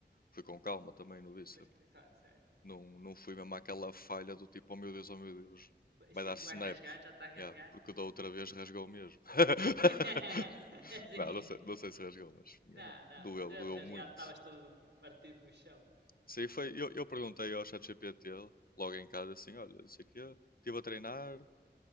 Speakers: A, on the left (about 55°); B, on the right (about 80°).
A: fui com calma também no bíceps.
B: pois, claro, certo.
A: Não, não fui mesmo àquela falha do tipo, oh meu Deus, oh meu Deus,
B: Ba-
A: vai
B: Sim,
A: dar snap.
B: que vai rasgar, já está a rasgar.
A: Yeah, porque da outra vez rasgou mesmo. <laughs>
B: <laughs> Sim.
A: Não, não sei, não sei se rasgou, mas minha
B: Não,
A: no-
B: não,
A: doeu,
B: se tivesse
A: doeu
B: rasgado,
A: muito.
B: estavas todo partido no chão.
A: Sim, foi. Eu, eu perguntei ao ChatGPT logo em casa assim: olha, não sei o quê, estive a treinar,